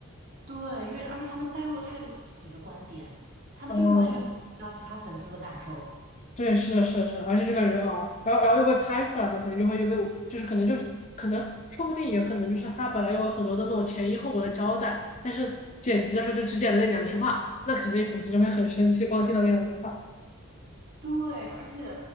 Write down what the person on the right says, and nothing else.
对，因为而且他们带入了太多自己的观点，他们就是完全不有顾及到其他粉丝的感受。
对，而且